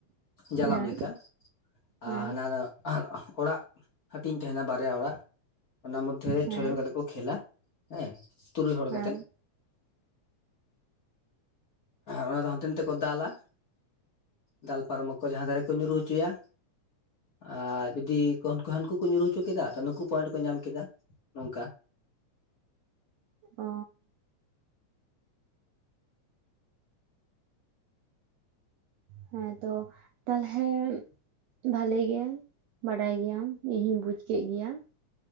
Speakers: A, on the left; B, on the right.
A: ᱡᱟᱞᱟᱢ
B: ᱦᱮᱸ
A: ᱞᱮᱠᱟ
B: ᱦᱮᱸ
A: ᱟᱨ ᱦᱟᱱᱟ ᱫᱚ ᱟᱨ ᱚᱲᱟᱜ ᱦᱟᱹᱴᱤᱧ ᱛᱟᱦᱮᱱᱟ ᱵᱟᱨᱭᱟ ᱚᱲᱟᱜ ᱚᱱᱟ ᱢᱚᱫᱽᱫᱷᱮ ᱨᱮ
B: ᱦᱮᱸ
A: ᱪᱷᱚᱡᱚᱱ ᱠᱟᱛᱮ ᱠᱚ ᱠᱷᱮᱞᱟ ᱦᱮᱸ ᱛᱩᱨᱩᱭ ᱦᱚᱲ
B: ᱦᱮᱸ
A: ᱠᱟᱛᱮ ᱾ ᱚᱱᱟ ᱫᱚ ᱦᱟᱱᱛᱮ ᱱᱟᱛᱮ ᱠᱚ ᱫᱟᱞᱟ। ᱫᱟᱞ ᱯᱟᱨᱚᱢᱚᱜ ᱠᱚ ᱡᱟᱦᱟᱸ ᱫᱷᱟᱨᱮ ᱠᱚ ᱧᱩᱨᱩ ᱦᱚᱪᱚᱭᱟ᱾ ᱟᱨ ᱡᱩᱫᱤ ᱦᱟᱹᱱᱠᱩ ᱠᱚ ᱧᱩᱨᱩ ᱦᱚᱪᱚ ᱠᱮᱫᱟ ᱛᱚ ᱱᱩᱠᱩ ᱯᱚᱭᱮᱱᱴ ᱠᱚ ᱧᱟᱢ ᱠᱮᱫᱟ ᱾ ᱱᱚᱝᱠᱟ ᱾
B: ᱚ ᱾ ᱦᱮᱸ ᱛᱚ ᱛᱟᱦᱚᱞᱮ ᱵᱷᱟᱹᱞᱤ ᱜᱮ ᱵᱟᱰᱟᱭ ᱜᱮᱭᱟᱢ ᱤᱧ ᱦᱚᱧ ᱵᱩᱡ ᱠᱮᱫ ᱜᱮᱭᱟ ᱾